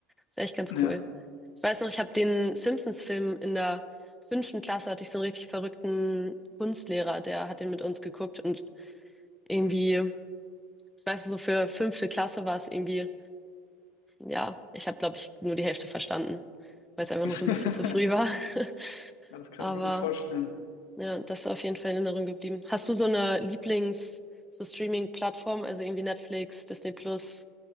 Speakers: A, in the centre; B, on the left.
A: Ist echt ganz
B: Ja.
A: cool. Ich weiß noch, ich habe den Simpsons-Film in der fünften Klasse, hatte ich so einen richtig verrückten Kunstlehrer, der hat den mit uns geguckt und irgendwie, ich weiß noch, so für fünfte Klasse war es irgendwie, ja, ich habe, glaube ich, nur die Hälfte verstanden, weil es einfach
B: <laughs>
A: noch so ein bisschen zu früh war. <laughs>
B: Ja, das kann
A: Aber
B: ich mir gut vorstellen.
A: ja, das ist auf jeden Fall in Erinnerung geblieben. Hast du so eine Lieblings-, so Streaming-Plattform, also irgendwie Netflix, Disney Plus